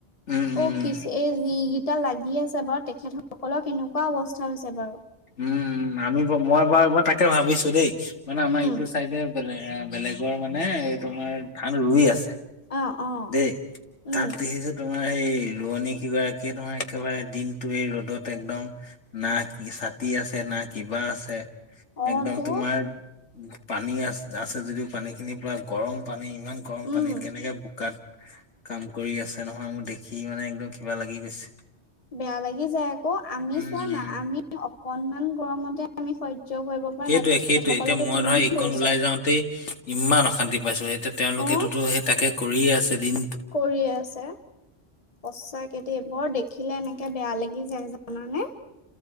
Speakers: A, on the left; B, on the left.
A: উম
B: অ
A: উম
B: কি এই যিকিটা লাগিলে চাবা তেখেত সকলৰ কেনেকুৱা অৱস্থা হৈছে বাৰু
A: উমম আমি মই বাৰু মই তাকে ভাবিছো দেই মানে আমাৰ
B: উম
A: ইটো চাইডে বেলেগ এ বেলেগৰ মানে এই তোমাৰ ধান ৰুই আছে
B: অ অ
A: দেই তাত
B: উম
A: দেখিছোঁ তোমাৰ সেই ৰোৱনী কেইগৰাকীয়ে তোমাৰ একেবাৰে দিনটো এই ৰ'দত একদম না কি ছাত তি আছে না কিবা আছে
B: অ
A: একদম
B: তো
A: তোমাৰ পানী আছে আছে যদিও পানীখিনি পুৰা গৰম পানী ইমান গৰম
B: উম
A: পানীত কেনেকে বোকাত কাম কৰি আছে নহয় মোক দেখি মানে একদম কিবা লাগি গৈছে
B: বেয়া লাগি যায় আকৌ আমি
A: উম,
B: চোৱা
A: উম।
B: না আমি অকনমান গৰমতে আমি সহ্য কৰিব পৰা
A: সেইটোৱে
B: নাই তেখেতসকলেতো
A: সেইটোৱে এতিয়া মই
B: কিমান
A: ধৰা এইকণ
B: কৰিছে
A: ওলাই যাওঁতেই ইমান অশান্তি পাইছো এতিয়া তেওঁলোকেতোতো
B: অ
A: সেই তাকে কৰিয়ে আছে দিন
B: কৰিয়ে আছে সঁচাকে দেই বৰ দেখিলে এনেকে বেয়া লাগি যায় জানানে